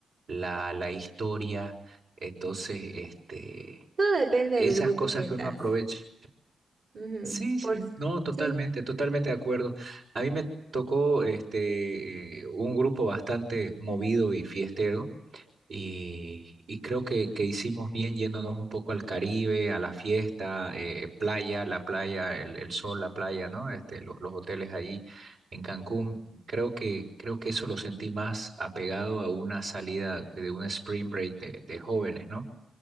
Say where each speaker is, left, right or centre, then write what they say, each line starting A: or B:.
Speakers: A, on the right (about 70°); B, on the right (about 55°).
A: la, la historia, entonces, este,
B: Todo depende
A: esas
B: del grupo
A: cosas
B: que estás.
A: que uno aprovecha.
B: Ujú,
A: Sí, sí,
B: Por,
A: no, totalmente,
B: sí,
A: totalmente de acuerdo. A mí me tocó este eh, un grupo bastante movido y fiestero y, y creo que, que hicimos bien yéndonos un poco al Caribe, a la fiesta, eh, playa, la playa, el, el sol, la playa, ¿no? Este, los, los hoteles ahí en Cancún. Creo que, creo que eso lo sentí más apegado a una salida de un spring break de, de jóvenes, ¿no?